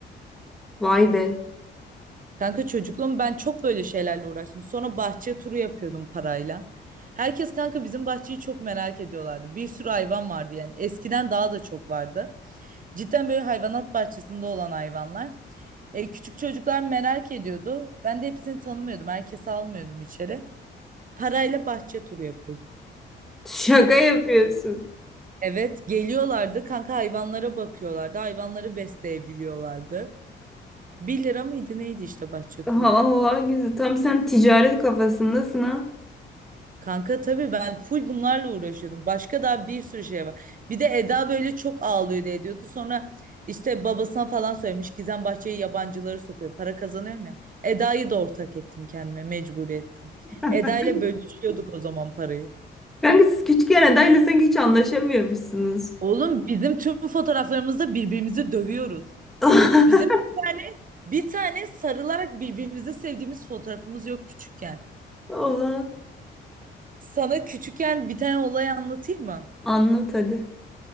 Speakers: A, in the centre; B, on the right.
A: Vay be.
B: Kanka çocukluğum ben çok böyle şeylerle uğraştım. Sonra bahçe turu yapıyordum parayla. Herkes kanka bizim bahçeyi çok merak ediyorlardı. Bir sürü hayvan vardı yani. Eskiden daha da çok vardı. Cidden böyle hayvanat bahçesinde olan hayvanlar. E, küçük çocuklar merak ediyordu. Ben de hepsini tanımıyordum. Herkesi almıyordum içeri. Parayla bahçe turu yapıyordum.
A: Şaka yapıyorsun.
B: Evet, geliyorlardı. Kanka hayvanlara bakıyorlardı. Hayvanları besleyebiliyorlardı. Bir lira mıydı neydi işte bahçe
A: Allah
B: turu?
A: güzel. Tam sen ticaret kafasındasın ha.
B: Kanka tabii ben full bunlarla uğraşıyordum. Başka daha bir sürü şey var. Bir de Eda böyle çok ağlıyordu ediyordu. Sonra işte babasına falan söylemiş. Gizem Bahçe'yi yabancıları sokuyor. Para kazanıyorum ya. Eda'yı da ortak ettim kendime mecburiyetten.
A: <laughs>
B: Eda ile bölüşüyorduk o zaman parayı.
A: Kanka siz küçükken adayla sanki hiç anlaşamıyormuşsunuz.
B: Oğlum bizim tüm fotoğraflarımızda birbirimizi dövüyoruz.
A: <laughs>
B: Bizim bir tane bir tane sarılarak birbirimizi sevdiğimiz fotoğrafımız yok küçükken.
A: Oha.
B: Sana küçükken bir tane olay anlatayım mı?
A: Anlat hadi.